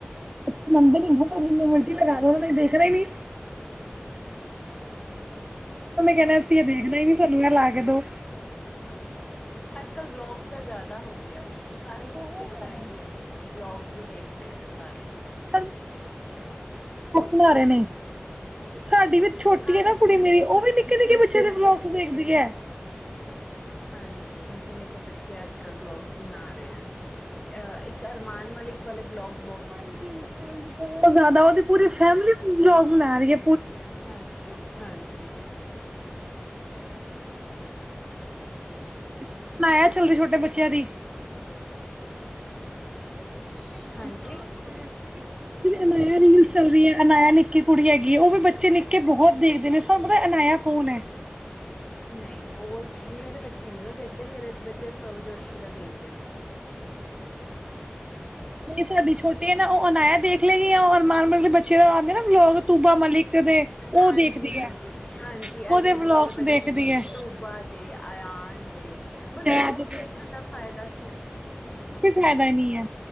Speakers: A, on the right; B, on the left.
A: <unintelligible> ਜਿੰਨੇ ਮਰਜ਼ੀ ਲਗਾ ਦੋ ਦੇਖਣਾ ਹੀ ਨਹੀਂ।
B: <inaudible>
A: ਉਹਨੇ ਕਹਿਣਾ ਅਸੀ ਇਹ ਦੇਖਣਾ ਹੀ ਨੀ ਸਾਨੂੰ ਏਹ ਲਾ ਕੇ ਦੋ।
B: ਅੱਜ-ਕਲ ਵਲੋਗਸ ਦਾ ਜ਼ਿਆਦਾ ਹੋ ਗਿਆ। ਸਾਰੇ
A: ਬਹੁਤ
B: ਬੱਚਿਆਂ
A: ਜ਼ਿਆਦਾ
B: ਦਾ ਇਹੀ ਹੈ, ਬਲੋਗ ਤੇ ਦੇਖਦੇ ਨਾ ਸਾਰੇ
A: <unintelligible> ਨ ਰਹੇ ਨੇ ਸਾਡੀ ਵੀ ਛੋਟੀ
B: ਹਾਂਜੀ
A: ਹੈ ਨਾ ਕੁੜੀ ਮੇਰੀ ਉਹ ਵੀ ਨਿੱਕੇ-ਨਿੱਕੇ ਬੱਚੇ
B: ਹਾਂਜੀ।
A: ਦੇ ਵਲੋਗਸ ਦੇਖਦੀ ਹੈ।
B: ਹਾਂਜੀ ਨਿੱਕੇ-ਨਿੱਕੇ ਬੱਚੇ ਅੱਜ-ਕਲ੍ਹ ਬਲੋਗਸ ਬਣਾ ਰਹੇ ਆ। ਅ ਇੱਕ ਅਰਮਾਨ ਮਲਿਕ ਵਾਲੇ ਬਲੋਗ
A: ਹਾਂਜੀ-ਹਾਂਜੀ ਬਹੁਤ ਜ਼ਿਆਦਾ ਉਹਦੀ ਪੂਰੀ ਫੈਮਿਲੀ ਬਣਾ ਰਹੀ ਏ।
B: ਹਾਂਜੀ-ਹਾਂਜੀ। <inaudible>
A: <unintelligible> ਛੋਟੇ ਬੱਚਿਆਂ ਦੀ।
B: <unintelligible>
A: <inaudible>
B: ਹਾਂਜੀ
A: ਅਨਾਇਆ ਰੀਲ ਚੱਲ ਰਹੀ ਹੈ ਅਨਾਇਆ ਨਿੱਕੀ। ਕੁੜੀ ਹੈਗੀ ਹੈ ਉਹ ਵੀ ਬੱਚੇ ਨਿੱਕੇ ਬਹੁਤ ਦੇਖਦੇ ਨੇ ਸਭ ਪਰ ਅਨਾਇਆ ਕੌਣ ਹੈ?
B: ਨਹੀਂ <inaudible> ਮੇਰੇ ਬੱਚੇ ਨਹੀਂ ਉਹ ਦੇਖਦੇ ਮੇਰੇ ਬੱਚੇ ਸੋਰਸਵਜੋਸ਼ੀ ਦਾ ਦੇਖਦੇ ਨੇ।
A: ਜਿਹੜੀ ਸਾਡੀ ਛੋਟੀ ਆ ਨਾ ਉਹ ਅਨਾਇਆ ਦੇਖ ਲੈਗੀ ਓਰ ਮਕਾਨ ਮਾਲਕ ਦੇ ਬੱਚੇ ਆਉਂਦੇ ਨਾ ਲੋਕ ਤੂਬਾ ਮਲਿਕ ਦੇ ਉਹ
B: ਹਾਂਜੀ-ਹਾਂਜੀ-ਹਾਂਜੀ
A: ਦੇਖਦੀ ਹੈ
B: ਇਹ
A: ਉਹਦੇ
B: ਵੀ
A: ਵਲੋਗਸ
B: ਮੇਰੇ ਬੱਚੇ
A: ਦੇਖਦੀ
B: ਵੀ
A: ਹੈ
B: ਤੂਬਾ ਦੇ ਆਯਨ ਦੇ ਬਟ
A: ਜੈਦ
B: ਵਲੋਗਸ
A: ਦੇ
B: ਦੇਖਣ ਦਾ ਫਾਇਦਾ ਠੀਕ।
A: ਕੋਈ ਫਾਇਦਾ ਨਹੀਂ ਹੈ।